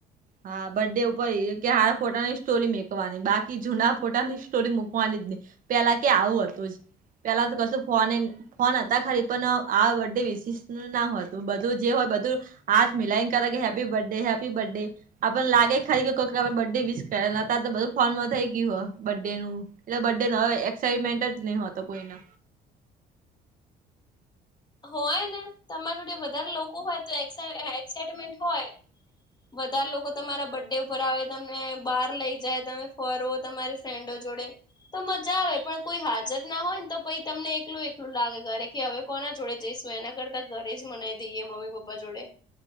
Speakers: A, on the right; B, on the left.
A: હા બરડે ઉપર એ કે હ ફોટાની સ્ટોરી મકવાની બાકી જૂના ફોટાની સ્ટોરી મૂકવાની જ ની. પેલા કે આવું હતું જ, પેલા તો કશું ફોને ફોન હતા ખરી પણ આ બડે વિશીશ ના હોતું બધું જે હોય બધું હાજ મિલાઈન કરે કે હેપી બર્થડે હેપી બર્થડે. આપને લાગે ખાલી કે કોઈક આપ બર્થ ડે વિસ કરે બધું ફોર્માં થઈ ગયું હોય બર્થ ડે નું. એટલે બરડે નો હવે એક્સાઈટમેન્ટ જ નહી હોતો કોઈને.
B: હોય ને તમારે જોડે વધારે લોકો હોય તો એક્સાઈ એક્સાઈટમેન્ટ હોય. વધારે લોકો તમારા બરડે ઉપર આવે, તમને બહાર લઈ જાય, તમે ફરો તમારી ફેન્ડો જોડે. તો મજા આવે પણ કોઈ હાજર ના હોય ને તો પછ તમને એકલું એકલું લાગે ઘરે કે હવે કોના જોડે જઈશું એના કરતા ઘરે જ મનાવી દઈએ મમ્મી પપ્પા જોડે.